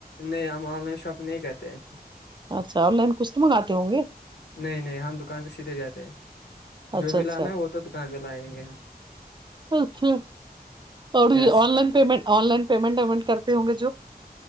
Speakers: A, on the left; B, on the right.
A: نہیں ہم آن لائن شاپگ نہیں کہتے ہیں
B: اچھا آن لائن کچھ تو مگاتے ہوں گے
A: نہیں نہیں ہم دکان پہ سیدھے جاتے ہیں
B: اچھا
A: جو بھی
B: اچھا
A: لانا ہے وہ تو کہاں پہ لائیں گے ہم
B: اچھا اور
A: yes
B: online payment online payment ومنٹ کرتے ہوں گے جو